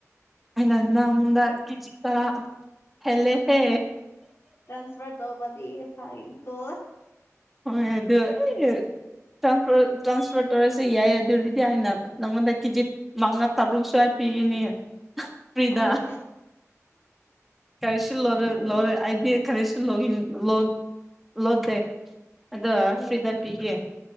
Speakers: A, in the centre; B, on the left.
A: ꯑꯩꯅ ꯅꯪꯗꯥ ꯀꯦꯖꯤ ꯇꯔꯥ ‍ꯍꯦꯜꯂꯦꯍꯦ
B: ꯇ꯭ꯔꯥꯟꯁꯐꯔ ꯇꯧꯕꯥꯗꯤ ꯐꯥꯒꯤꯅꯤ ꯀꯣ
A: ꯍꯣꯏ ꯑꯗꯨ ꯑꯩꯅꯥ ꯇ꯭ꯔꯥꯐꯔꯠ ꯇ꯭ꯔꯥꯟꯁꯐꯔ ꯇꯧꯔꯁꯨ ꯌꯥꯏ ꯑꯗꯨꯕꯨꯗꯤ ꯑꯥꯏꯅ ꯅꯪꯉꯣꯟꯗꯥ ꯀꯦꯖꯤ ꯃꯪꯉꯥ ꯇꯥꯔꯨꯛꯁꯨ ꯑꯩ ꯄꯤꯒꯅꯤ ꯐꯔꯤꯗꯥ
B: ꯍꯣꯏ
A: ꯀꯔꯤꯁꯨ ꯂꯧꯔꯣꯏ
B: ꯍꯣꯏ
A: ꯂꯧꯔꯣꯏ ꯑꯩꯗꯤ ꯀꯔꯤꯁꯨ ꯂꯣꯏ ꯂꯣꯟ ꯂꯣꯗꯦ ꯑꯗꯣ
B: ꯎꯝ
A: ꯐ꯭ꯔꯤꯗ ꯄꯤꯒꯦ